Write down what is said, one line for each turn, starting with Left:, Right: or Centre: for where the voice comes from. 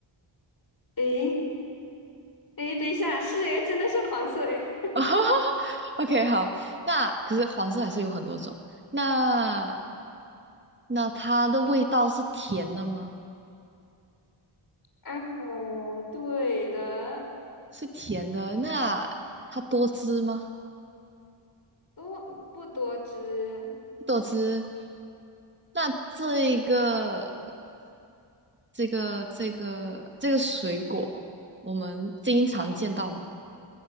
Left: 诶诶，等一下，是诶，真的是黄色诶。
Right: <laughs>？OK，好，那可是黄色还是有很多种。那那它的味道是甜的吗？
Left: 啊，对的。
Right: 是甜的。那它多汁吗？
Left: 多不多汁
Right: 多汁。那这个这个这个这个水果，我们经常见到吗？